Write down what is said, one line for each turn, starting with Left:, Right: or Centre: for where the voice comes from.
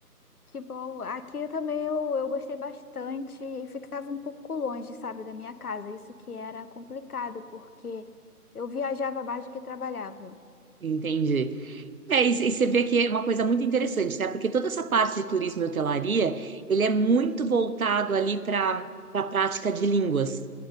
Left: Que bom. Aqui também eu, eu gostei bastante e ficava um pouco longe, sabe, da minha casa. Isso que era complicado, porque eu viajava mais do que trabalhava.
Right: entende? É, e e você vê que é uma coisa muito interessante, né? Porque toda essa parte de turismo e hotelaria, ele é muito voltado ali para a prática de línguas,